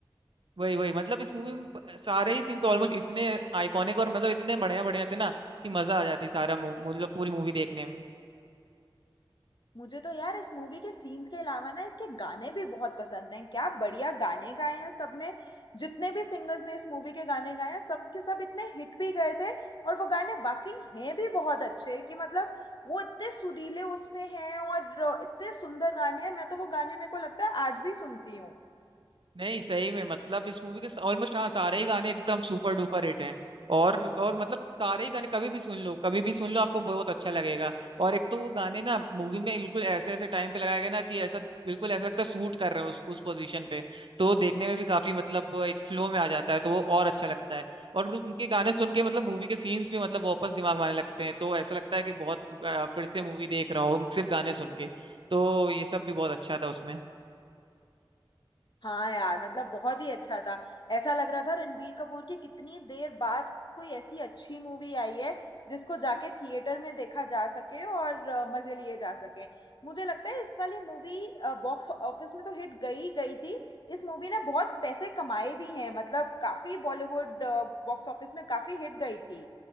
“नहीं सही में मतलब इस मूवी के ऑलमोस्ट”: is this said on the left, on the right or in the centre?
Right